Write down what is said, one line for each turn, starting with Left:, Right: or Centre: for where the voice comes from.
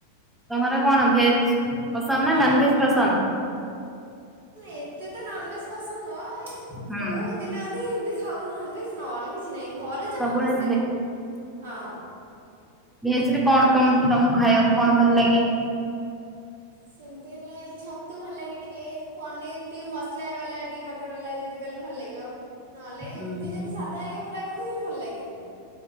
Centre: ତମର କଣ ଭେଜ ପସନ୍ଦ
Right: ହଁ
Centre: ନା ନନ ଭେଜ ପସନ୍ଦ?
Right: ଏତେ ତ ନନଭେଜ୍ ପସନ୍ଦ ନୁହଁ।
Centre: ହୁଁ।
Right: ଦିନ ଅଧେ ଏମତି ଖାଉ ନନ୍ ଭେଜ ନହେଲେ କିଛି ନାହିଁ ଘରେ ଜମା
Centre: ସବୁବେଳେ
Right: ପଶେନି ହଁ।
Centre: ଭେଜରେ କଣ କେମିତି ତମକୁ ଖାଇବାକୁ କଣ ଭଲ ଲାଗେ?
Right: ସେମିତି ହେଲେ ଛତୁ ଭଲ ଲାଗେ ଟିକେ ପନିର ଟିକେ ମସଲା ବାଲା ଟିକେ ବଟର ବାଲା ଯଦି କହ ଭଲ ଲାଗିବ ନହେଲେ ଏମିତି
Centre: ଉଁ
Right: ଯଦି
Centre: ହୁଁ
Right: ସାଧା ହେରିକା ପୁରା କରିଥିବି ଭଲ ଲାଗେନି।